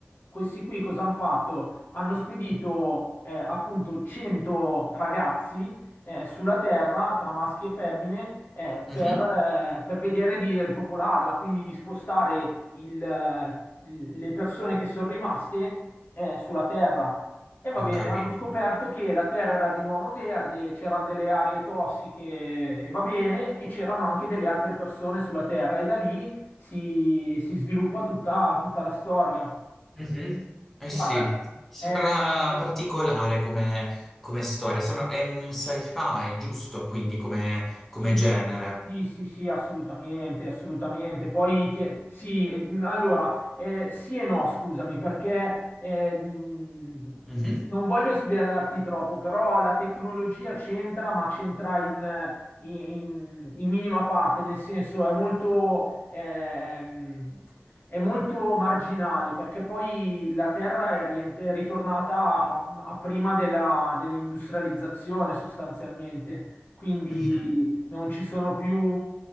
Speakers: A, on the left; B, in the centre.
A: questi qui cosa hanno fatto? Hanno spedito eh, appunto 100 ragazzi eh, sulla Terra tra maschi e femmine eh,
B: Mhm,
A: per, eh, per vedere di ripopolarla, quindi di spostare il, eh, le persone che sono rimaste eh, sulla Terra. E va
B: Ho
A: bene,
B: capito.
A: hanno scoperto che la Terra era di nuovo verde, c'erano delle aree tossiche e va bene, e c'erano anche delle altre persone sulla Terra e da lì si, si sviluppa tutta, tutta la storia.
B: Mhm. Eh
A: Guarda,
B: sì, sembra
A: è,
B: particolare come, come storia, sembra, è un sci-fi, giusto? Quindi come,
A: Sì,
B: come genere.
A: sì, sì, sì, assolutamente, assolutamente. Poi ti- sì, eh, mh, allora, eh, sì e no, scusami, perché eh, mh,
B: Mhm,
A: non voglio svelarti troppo, però la tecnologia c'entra, ma c'entra in, in- in minima parte, nel senso è molto, ehm, è molto marginale, perché poi la Terra è, rient- è ritornata a, a prima della- dell'industrializzazione sostanzialmente. Quindi
B: mhm.
A: non ci sono più